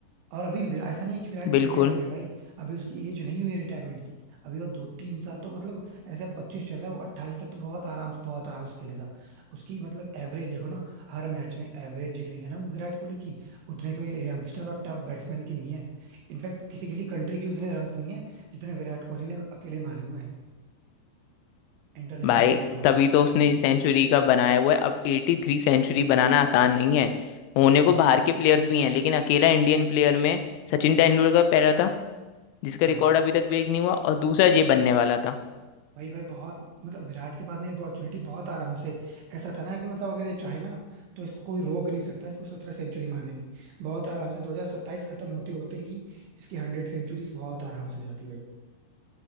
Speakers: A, on the right; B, on the left.
A: और अभी विराट ऐसा नहीं है कि विराट
B: बिल्कुल
A: एजेड हो गया भाई अभी उसकी एज नहीं हुई है रिटायरमेंट की अभी वो दो तीन साल तो मतलब ऐसे पच्चीस चल रहा है वो अट्ठाईस तक तो बहुत आराम से बहुत आराम से खेलेगा उसकी मतलब एवरेज देखो ना हर मैच में एवरेज जितनी है ना विराट कोहली की उतने तो ये यंगस्टर और टॉप बैट्समैन की नहीं है इनफैक्ट किसी किसी कंट्री की उतने रन नहीं है जितने विराट कोहली ने अकेले मारे हुए हैं इंटरनेशनल
B: भाई
A: की अगर बात
B: तभी
A: करें
B: तो
A: तो
B: उसने सेंचुरी का बनाया हुआ है अब एटी थ्री सेंचुरी बनाना आसान नहीं है होने
A: बहुत
B: को बाहर के प्लेयर्स भी हैं लेकिन अकेला इंडियन प्लेयर में सचिन तेंदुलकर पहला था जिसका
A: हाँ
B: रिकॉर्ड अभी तक ब्रेक नहीं हुआ और दूसरा ये बनने वाला था
A: भाई भाई बहुत मतलब विराट के पास नहीं अपॉर्चुनिटी बहुत आराम से ऐसा था ना कि मतलब अगर ये चाहे ना तो इसको कोई रोक नहीं सकता इसको सत्रह सेंचुरी मारने में बहुत आराम से 2027 खत्म होते होते ही इसकी हंड्रेड सेंचुरीज बहुत आराम से हो जाती भाई